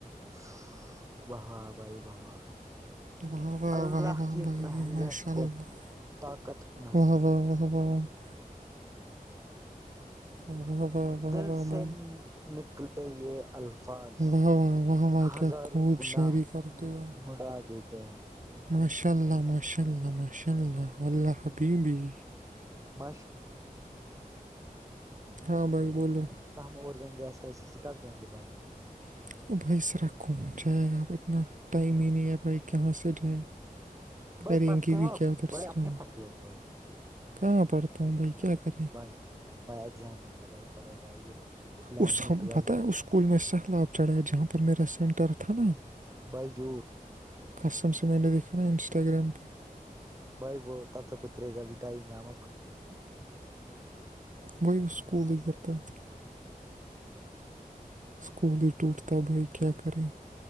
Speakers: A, on the right; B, on the right.
A: ا <unintelligible> <unintelligible>
B: واہ واہ واہ واہ بھائی ماشاء اللہ واہ <inaudible> <unintelligible>
A: <unintelligible>
B: بھائی واہ واہ
A: <unintelligible>
B: واہ واہ کیا خوب شاعری کرتے ہو ماشاء اللہ ماشاء اللہ ماشاء اللہ اللہ حب بھی
A: <unintelligible> ہم
B: ہاں بھائی بولو
A: اور جائ گ ایس کر سی سی کبائیں گے بائک
B: <unintelligible>
A: <unintelligible>
B: کریں گے بھی کیا ادھر سرا بھائی کہاں پڑھتا ہوں بھائی کیا کریں
A: بھائی بھائی ایگزام پونچا بھائی پڑھو بھائی الیونتھ
B: اس
A: نہیں
B: ہم
A: ٹویلتھ
B: پت ہے اس اسکول میں سہلاب چڑھایا جہاں پر میرا سینٹر تھا نا
A: بائیجوٹھ
B: کسٹمس سے میں نے دیکھا ہے انسٹاگررام پہ
A: بھائی وہ تب تو اتر گا اب ٹائم میں آم
B: وہئی وہ سکول ہی کرتا <unintelligible> اسکول ہی ٹوٹتا بھائی کیا کرے